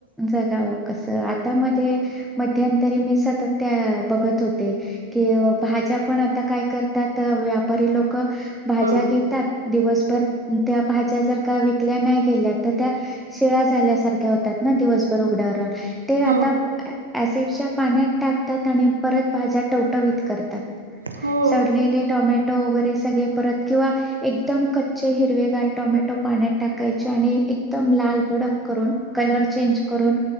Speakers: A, in the centre; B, on the right (about 80°).
A: जगावं कसं, आत्ता मध्ये मध्यंतरी मी सतत ते बघत होते कि अं भाज्या पण आता काय करतात, व्यापारी लोक भाज्या
B: ह
A: घेतात दिवसभर त्या भाज्या जर का विकल्या नाही गेल्या, तर त्या शिळा्या झाल्यासारख्या होतात. ना दिवसभर उघडावर रा ते आता
B: हो
A: ऍसिडच्या पाण्यात टाकतात, आणि परत भाज्या टवटवीत करतात.
B: हो
A: सडलेले टोमॅटो वगैरे सगळे परत किंवा एकदम कच्चे हिरवेगार टमॅटो पाण्यात टाकायचे आणि एकदम लाल भडक करून, कलर चेंज करून